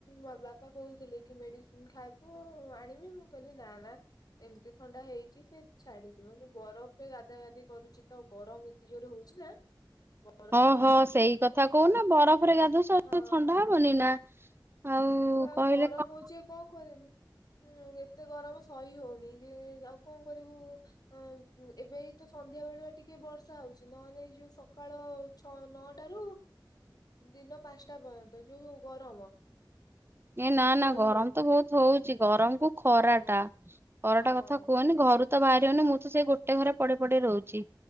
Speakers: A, on the left; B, on the right.
A: ବା-ବାପା କହୁଥିଲେ କି ମେଡିସିନ ଖା ବୁ ଆଣିବି ମୁଁ କହିଲି ନା ନା। ଏମିତି ଥଣ୍ଡା ହେଇଛି ସେ ଛାଡିଯିବ ଯେ ବରଫରେ ଗାଧା ଗାଧି କରୁଛି ତ ଗରମ ଏତେ ଜୋରେ ହଉଛି ନା ବ
B: ହଁ ହଁ ସେଇ କଥା କହୁନା ବରଫରେ ଗାଧଉଚ
A: ହଁ।
B: ଥଣ୍ଡା ହବନି ନା।
A: <inaudible>
B: ଆଉ
A: ବା ଆଉ
B: କହିଲେ
A: ଗରମ
B: କଣ
A: ହଉଛି ଆଉ କଣ କରିବି। ହୁଁ ଏତେ ଗରମ ସହି ହଉନି ଯେ-ଯା-ଆଉ କଣ କରିବୁ ଅ ଏବେ ଏଇ ତ ସନ୍ଧ୍ୟା ବେଳୁଆ ଟିକେ ବର୍ଷା ହଉଛି ନହେଲେ ଏଇ ଯୋଉ ସକାଳ ଛଅ ନଅଟା ରୁ ଦିନ ପାଞ୍ଚଟା ପର୍ଯ୍ୟନ୍ତ ଯୋଉ ଗରମ
B: ଏ ନା ନା
A: ରହି
B: ଗରମ
A: ହଉନି।
B: ତ ବହୁତ ହଉଛି ଗରମକୁ ଖରାଟା
A: ହଁ
B: ଖରାଟା
A: ହଁ
B: କଥା କୁହନି ଘରୁ ତ ବାହାରିବନି ମୁଁ ତ ସେଇ ଗୋଟେ ଘରେ ପଡ଼ି ପଡ଼ି ରହୁଛି